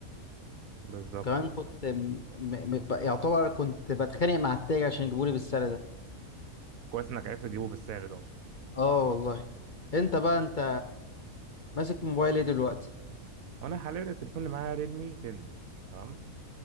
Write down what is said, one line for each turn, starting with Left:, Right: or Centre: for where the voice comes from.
Right: بالظبط
Left: كمان كنت م... م... م... يعتبر كنت بتخانق مع التاجر عشان يجيبولي بالسعر ده
Right: كويس انك عرفت تجيبه بالسعر ده اصلا
Left: اه والله انت بقى انت ماسك موبايل ايه دلوقتي
Right: وانا حاليا التليفون اللي معايا ريلمي 10 تمام